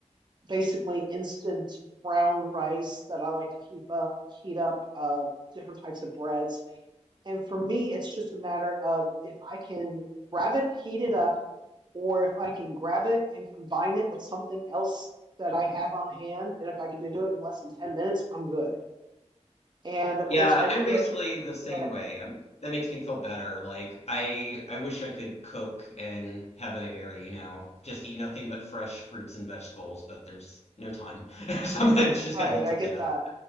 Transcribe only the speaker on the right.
basically instant brown rice that I like to heat up, heat up uh, different types of breads. And for me, it's just a matter of if I can grab it, heat it up, or if I can grab it and combine it with something else that I have on hand. And if I can do it in less than 10 minutes, I'm good. And of
course, I
order,
go ahead.
Right.
I
get
that.